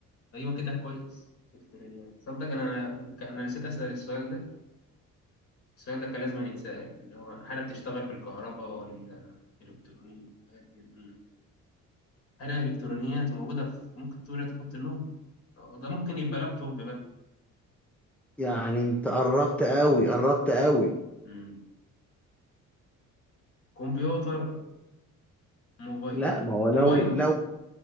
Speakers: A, on the left; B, in the centre.
A: ايوه كده كويس الكترونيات تصدق انا انا نسيت اسأل السؤال ده السؤال ده كان لازم يتسأل اللي هو هل بتشتغل بالكهرباء ولا الكترونيات حاجات كده أمم. حاجة الكترونيات وموجودة في ممكن تقول تحط النوم آه، ده ممكن يبقى لابتوب بقى
B: يعني انت قربت قوي قربت قوي
A: امم كمبيوتر موبايل
B: لا ما هو لو
A: موبايل
B: لو